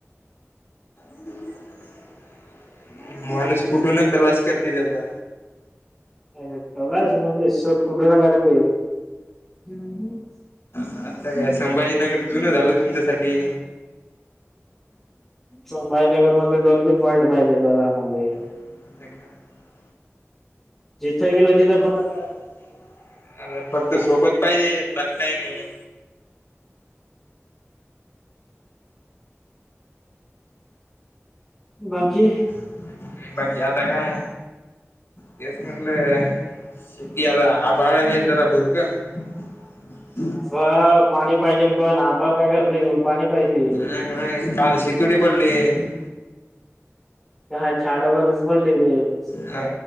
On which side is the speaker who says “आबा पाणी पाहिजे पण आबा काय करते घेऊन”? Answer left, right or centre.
Centre